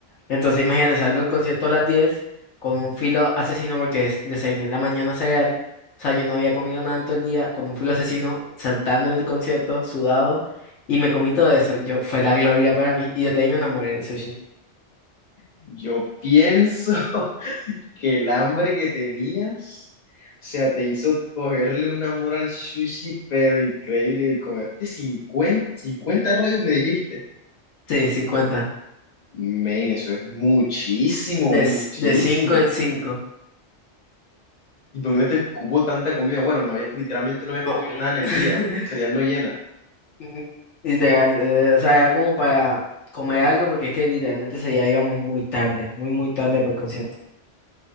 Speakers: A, on the left; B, on the left.
A: Entonces imagínate, salgo del concierto a las 10 con un filo asesino porque des- desayuné en la mañana cereal. O sea, yo no había comido nada en todo el día, con un filo asesino, saltando en el concierto, sudado, y me comí todo eso. Yo, fue la gloria para mí. Y desde ahí me enamoré del sushi.
B: Yo pienso <laughs> que el hambre que tenías, o sea, te hizo cogerle un amor al sushi, pero increíble, y comerte cincuenta cincuenta rollos, me dijiste.
A: Sí, cincuenta
B: Men, eso es muchísimo,
A: De,
B: muchísimo.
A: c- de cinco en cinco
B: ¿Dónde te cupo tanta comida? Bueno, no había- literalmente no habías
A: No.
B: comido nada en el
A: <laughs>
B: día. Cereal no llena.
A: Ujú. Literal, eh, o sea, era como para comer algo porque es que literalmente ese día íbamos muy tarde, muy, muy tarde para el concierto.